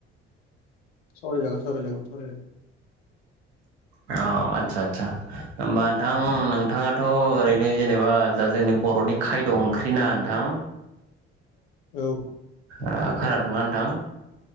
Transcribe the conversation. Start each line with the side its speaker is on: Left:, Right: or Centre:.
Left: सावराय जागोन सावराय जागोन सावराय जागोन।
Right: अ आदसा आदसा होमबा नोंथां नोंथाङाथ' ओरैनो जेनेबा जा जोंनि बर'नि खायद' ओंख्रि ना नोंथां
Left: औ
Right: आ खोनादोंना नोंथां?